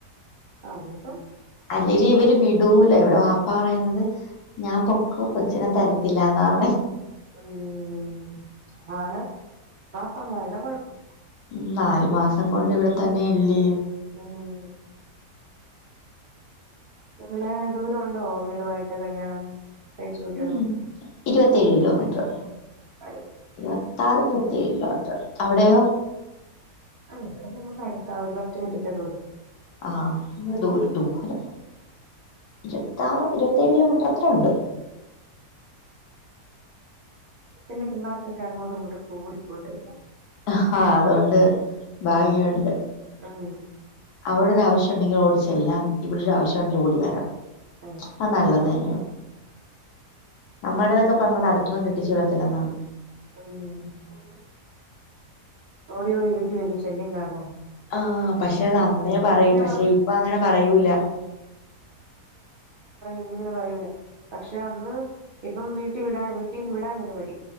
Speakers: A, on the right (about 80°); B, on the left (about 75°).
A: അയിനിപ്പം
B: അല്ലെങ്കി ഇവര് വിടൂല ഇവിടെ ആ പ്പ പറയുന്നത് ഞാൻ പൊക്കോ കൊച്ചിനെ തരത്തില്ലന്ന് പറണ്
A: ഉം താണ് പാപ്പമാരുടെ കൊഴപ്പം
B: ഉ നാലു മാസം കൊണ്ട് ഇവിടെ തന്നെ ഇല്ലേ
A: ഉം നിങ്ങള് ദൂരമുണ്ടോ വീടുമായിട്ട് കല്യാണം കഴിച്ചു വിട്ടടോ
B: മ്മ് ഇരുപത്തേഴ് കിലോമീറ്റർ
A: അടിപൊളി
B: ഇരു ത്താറ് ഇരുപത്തേഴ് കിലോമീറ്ററ് അവിടെയോ
A: ആണ് ഇവിടെ നമ്മുക്ക് അടുത്താ ഒരു പത്ത് മിനിറ്റത്തെ ദൂരം
B: ആഹ് ദൂരം ദൂരം ഇരുപത്താറ് ഇരുപത്തേഴ് കിലോമീറ്റർ അത്രയുണ്ട്
A: പിന്നെ പിള്ളേർക്കൊക്കെ അങ്ങോട്ടും ഇങ്ങോട്ടും ഒക്കെ ഓടി പോയിട്ട് വരാം
B: ആഹ് അതൊണ്ട് ഭാഗ്യവുണ്ട്
A: ഉം
B: അവിടെ ഒരു ആവശ്യം ഉണ്ടെങ്കിൽ ഓടിച്ചെല്ലാം ഇവിടെ ഒരു ആവശ്യം ഉണ്ടിൽ ഓടി വരാം
A: ആഹ്
B: അത് നല്ലത് തന്നെയാണ് നമ്മടേതൊക്കെ പറഞ്ഞത് അടുത്തൊന്നും കെട്ടിച്ചു വിടത്തില്ല എന്നാണ്
A: മ്മ് ഓടി ഓടി വീട്ടിൽ വരും ശല്യം കാരണംമ്ന്ന്
B: ആഹ് പക്ഷെ അത് അന്നേ പറയും പക്ഷെ
A: വന്ന്
B: ഇപ്പ അങ്ങനെ പറയൂല
A: ന്നിങ്ങനെ പറയൂല പക്ഷെ അന്ന് ഇപ്പം വീട്ടിൽ വിടാ വീട്ടിൽന്ന് വിടാനൊരു മടി